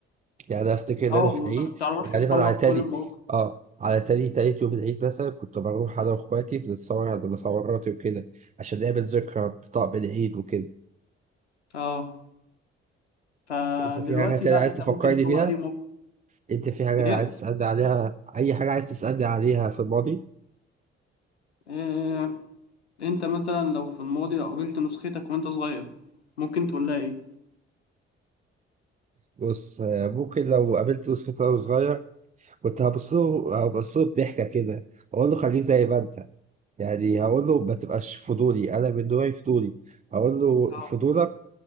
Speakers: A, on the right; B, on the left.
A: يعني انا افتكر ان
B: اه
A: انا في
B: وما
A: العيد
B: بتعرفش تصور
A: غالبا على تاني
B: كل المواقف
A: اه على تاني تالت يوم العيد مثلا كنت بروح انا واخواتي بنتصور عند مصوراتي وكده عشان نعمل ذكرى بطقم العيد وكده
B: اه فدلوقتي
A: انت في حاجة تانية
B: لا
A: عايز
B: انت
A: تفكرني
B: ممكن تصور
A: بيها؟
B: اي موقف
A: انت في حاجة
B: ايه
A: عايز تسألني عليها أي حاجة عايز تسألني عليها في الماضي
B: آه، انت مثلا لو في الماضي لو قابلت نسختك وانت صغير ممكن تقول لها ايه
A: بص آه، ممكن لو قابلت يوسف وهو صغير كنت هبص له هبص له بضحكة كده أقول له خليك زي ما أنت يعني هقول له ما تبقاش فضولي أنا من نوعي فضولي أقول له
B: اه
A: فضولك